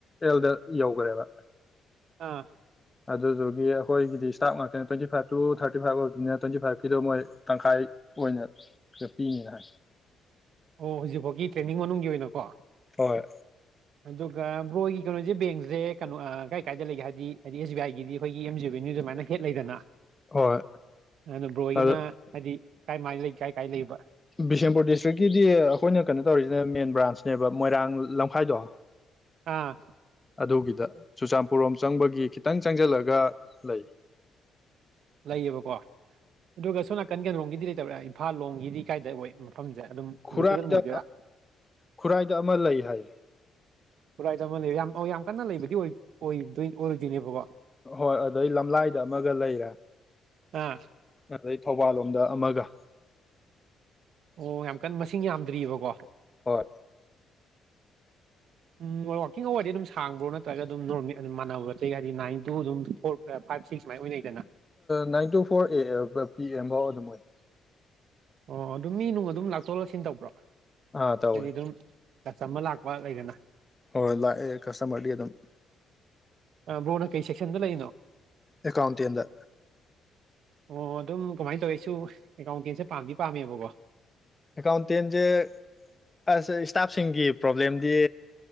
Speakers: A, on the left (about 20°); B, on the right (about 70°).
A: ꯑꯦꯜꯗ ꯌꯧꯈꯔꯦꯕ
B: ꯑꯥ
A: ꯑꯗꯨꯗꯨꯒꯤ ꯑꯩꯈꯣꯏꯒꯤꯗꯤ ꯏꯁꯇꯥꯐ ꯉꯥꯛꯇꯅꯦ twenty five to thirty five ꯑꯣꯏꯕꯗꯨꯅꯤꯅ ꯇ꯭ꯋꯦꯟꯇꯤ ꯐꯥꯏꯚꯀꯤꯗꯣ ꯃꯣꯏ ꯇꯪꯈꯥꯏ ꯑꯣꯏꯅ ꯈ ꯄꯤꯅꯤꯅ ꯍꯥꯏ
B: ꯑꯣ ꯍꯧꯖꯤꯛꯐꯥꯎꯒꯤ ꯇ꯭ꯔꯦꯟꯅꯤꯡ ꯃꯅꯨꯡꯒꯤ ꯑꯣꯏꯅꯀꯣ
A: ꯍꯣꯏ
B: ꯑꯗꯨꯒ ꯕ꯭ꯔꯣꯒꯤ ꯀꯩꯅꯣꯁꯦ ꯕꯦꯡꯁꯦ ꯀꯩꯅꯣ ꯀꯥꯏ ꯀꯥꯏꯗ ꯂꯩꯒꯦ ꯍꯥꯏꯕꯗꯤ ꯍꯥꯏꯗꯤ ꯑꯦꯁ ꯕꯤ ꯑꯥꯏꯒꯤꯗꯤ ꯑꯩꯈꯣꯏꯒꯤ ꯑꯦꯝ ꯖꯤ ꯕꯦꯅ꯭ꯌꯨ ꯁ ꯑꯗꯨꯃꯥꯏꯅ ꯍꯦꯠ ꯂꯩꯗꯅ
A: ꯍꯣꯏ
B: ꯑꯗꯨꯅ ꯕ꯭ꯔꯣꯍꯣꯏꯒꯤꯅ
A: ꯑꯣꯗꯨ
B: ꯍꯥꯏꯗꯤ ꯀꯥꯏ ꯃꯥꯏ ꯂꯩ ꯀꯥꯏ ꯀꯥꯏ ꯂꯩꯕ
A: ꯕꯤꯁꯦꯝꯄꯨꯔ ꯗꯤꯁꯇ꯭ꯔꯤꯛꯀꯤꯗꯤ ꯑꯩꯈꯣꯏꯅ ꯀꯩꯅꯣ ꯇꯧꯔꯤꯁꯤꯅ ꯃꯦꯟ ꯭ꯕꯔꯥꯟꯁꯅꯦꯕ ꯃꯣꯏꯔꯥꯡ ꯂꯝꯈꯥꯏꯗꯣ
B: ꯑꯥ
A: ꯑꯗꯨꯒꯤꯗ ꯆꯨꯔꯆꯥꯟꯄꯨꯔꯣꯝ ꯆꯪꯕꯒꯤ ꯈꯤꯇꯪ ꯆꯪꯁꯤꯜꯂꯒ ꯂꯩ
B: ꯂꯩꯌꯦꯕꯀꯣ ꯑꯗꯨꯒ ꯁꯣꯝ ꯅꯥꯀꯟ ꯀꯂꯣꯝꯒꯤꯗꯤ ꯂꯩꯇꯕ꯭ꯔꯥ ꯏꯝꯐꯥꯜ ꯂꯣꯝꯒꯤꯗꯤ ꯀꯥꯏꯗ ꯑꯣꯏ ꯃꯐꯝꯁꯦ ꯑꯗꯨꯝ
A: ꯈꯨꯔꯥꯏꯗ
B: ꯍꯧꯖꯤꯛꯀꯤ ꯑꯗꯨꯝ ꯑꯣꯏꯗꯣꯏꯔꯥ
A: ꯈꯨꯔꯥꯏꯗ ꯑꯃ ꯂꯩ ꯍꯥꯏ
B: ꯄꯨꯔꯥꯏ ꯂꯩ ꯌꯥꯝ ꯌꯥꯝ ꯀꯅ ꯂꯩꯕ ꯑꯣꯏꯗꯣꯏ ꯑꯣꯏꯔꯣꯏꯗꯣꯏꯅꯦꯕꯕꯕꯥ
A: ꯍꯣꯏ ꯑꯗꯩ ꯂꯝꯂꯥꯏꯗ ꯑꯃꯒ ꯂꯩꯔꯦ
B: ꯑꯥ
A: ꯑꯗ ꯊꯧꯕꯥꯜꯣ ꯌꯗ ꯑꯃꯒ
B: ꯑꯣ ꯌꯥꯝ ꯀꯟ ꯃꯁꯤꯡ ꯌꯥꯝꯗ꯭ꯔꯤꯑꯀꯣ
A: ꯍꯣꯏ
B: ꯎꯝ ꯋꯥꯋꯥꯛꯀꯤꯡ ꯑꯋꯥꯔꯗꯤ ꯑꯗꯨꯝ ꯁꯥꯡꯕ꯭ꯔꯣ ꯅꯠꯇ꯭ꯔꯒ ꯑꯗꯨꯝ ꯅꯃꯦ ꯑꯗꯨꯝ ꯃꯥꯟꯅꯕ ꯑꯇꯩꯒꯗꯤ ꯅꯥꯏꯟ ꯇꯨ ꯑꯗꯨꯝ ꯐꯣꯔ ꯐꯥꯏꯚ ꯁꯤꯛ ꯁꯨꯃꯥꯏꯅ ꯑꯣꯏꯅꯩ
A: ꯅꯥꯏꯟ ꯇꯨ ꯐꯣꯔ ꯑꯦ ꯄꯤ ꯁꯣꯏ
B: ꯑꯣ ꯑꯗꯨꯣ ꯃꯤ ꯅꯨꯡ ꯑꯗꯨꯝ ꯂꯥꯛꯊꯣꯛ ꯂꯥꯛꯁꯤꯟ ꯇꯧꯕ꯭ꯔꯣ
A: ꯑꯥ ꯇꯧꯋꯦ
B: ꯑꯗꯨꯝ ꯀꯆ ꯑꯃ ꯂꯥꯛꯄ ꯂꯩꯗꯅ
A: ꯍꯣꯏ ꯂꯥꯛꯑ ꯀꯁ ꯃ ꯑꯗꯨꯝ
B: ꯑ ꯕ꯭ꯔꯣꯅ ꯀꯩ ꯁꯦꯛꯁꯟꯗ ꯂꯩꯔꯤꯅꯣ
A: ꯑꯦꯀꯥꯥꯎꯇꯤꯗ
B: ꯑꯣ ꯑꯗꯨꯝ ꯀꯃꯥꯏꯅ ꯇꯧꯋꯦꯁꯨ ꯑꯦꯀꯥꯎꯟꯇꯦꯟꯁꯦ ꯄꯥꯝꯗꯤ ꯄꯥꯝꯃꯦꯕꯀꯣ
A: ꯍꯀꯟ ꯇꯦꯟꯖꯦꯁ ꯏꯁꯇꯥꯐꯁꯤꯡꯤ ꯄ꯭ꯔꯣꯕ꯭ꯂꯦꯝꯗꯤ